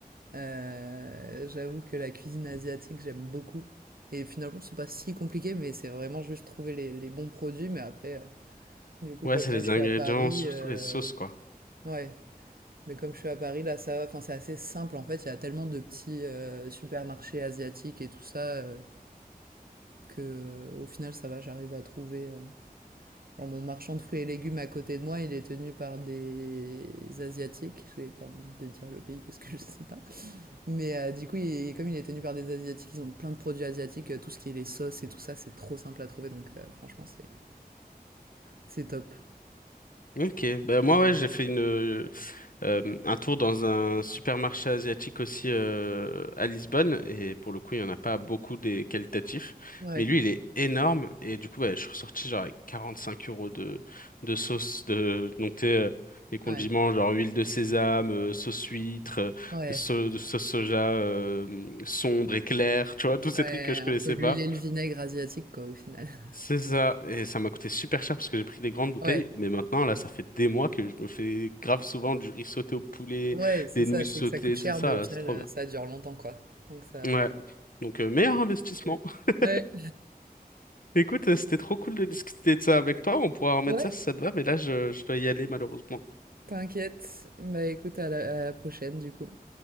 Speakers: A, on the right (about 70°); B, on the left (about 60°).
A: euh, j'avoue que la cuisine asiatique, j'aime beaucoup. Et finalement, c'est pas si compliqué, mais c'est vraiment juste trouver les, les bons produits. Mais après, euh, du coup,
B: Ouais,
A: comme
B: c'est
A: là,
B: les
A: je suis
B: ingrédients,
A: à Paris,
B: surtout
A: euh,
B: les sauces, quoi.
A: ouais. Mais comme je suis à Paris, là, ça va. Enfin, c'est assez simple. En fait, il y a tellement de petits euh, supermarchés asiatiques et tout ça euh, que, euh, au final, ça va. J'arrive à trouver. euh. Genre, mon marchand de fruits et légumes à côté de moi, il est tenu par des asiatiques. J'ai pas envie de dire le pays parce que je sais pas. Mais euh, du coup, il- comme il est tenu par des Asiatiques, ils ont plein de produits asiatiques, euh, tout ce qui est les sauces et tout ça, c'est trop simple à trouver, donc euh, franchement, c'est c'est top.
B: Ok, ben moi
A: Mm.
B: ouais j'ai fait une, Euh, un tour dans un supermarché asiatique aussi euh, à Lisbonne et pour le coup il y en a pas beaucoup des qualitatifs
A: Ouais,
B: mais lui il est énorme et du coup bah, je suis ressorti genre avec cinq euros de de sauce de donc t'es, euh, les condiments
A: ouais,
B: genre huile de sésame euh, sauce huître euh,
A: ouais,
B: sau- sauce soja euh, sombre et claire tu vois tous ces
A: ouais,
B: trucs que je
A: un
B: connaissais
A: peu l'huile
B: pas
A: et le vinaigre asiatique, quoi, au final. <laughs>
B: c'est ça, et ça m'a coûté super cher parce que j'ai pris des grandes bouteilles,
A: Ouais,
B: mais maintenant, là, ça fait des mois que je me fais grave souvent du riz sauté au poulet,
A: ouais, c'est
B: des
A: ça,
B: nouilles
A: c'est
B: sautées,
A: que ça coûte cher,
B: tout ça,
A: mais au final,
B: c'est trop
A: euh,
B: bien.
A: ça dure longtemps, quoi. Donc ça...
B: Ouais, donc euh, meilleur investissement.
A: Ouais,
B: <laughs>
A: ouais,
B: Écoute, euh, c'était trop cool de discuter de ça avec toi, on pourra remettre
A: ouais,
B: ça si ça te va, mais là, je, je dois y aller malheureusement.
A: t'inquiète. Bah écoute, à la à la prochaine, du coup.